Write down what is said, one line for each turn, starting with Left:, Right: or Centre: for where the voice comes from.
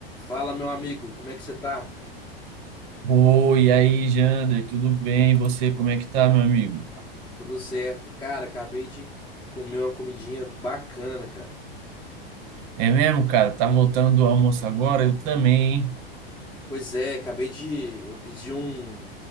Left: Fala, meu amigo, como é que você tá?
Right: Oi, e aí, Jander, tudo bem? E você, como é que tá, meu amigo?
Left: Tudo certo. Cara, acabei de comer uma comidinha bacana, cara.
Right: É mesmo, cara? Tá voltando do almoço agora? Eu também, hein?
Left: Pois é, acabei de. Eu pedi um